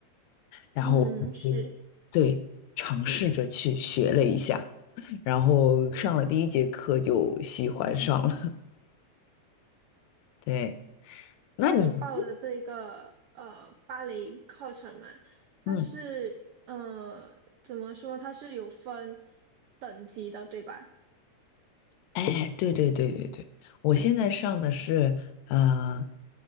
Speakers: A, on the left; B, on the right.
A: 然后我就对尝试着去学了一下，
B: 嗯，是。
A: 然后上了第一节课就喜欢上了。对，那你
B: 那你报的这一个呃芭蕾课程嘛，
A: 嗯。
B: 它是呃怎么说？它是有分等级的，对吧？
A: 哎，对对对对对，我现在上的是呃，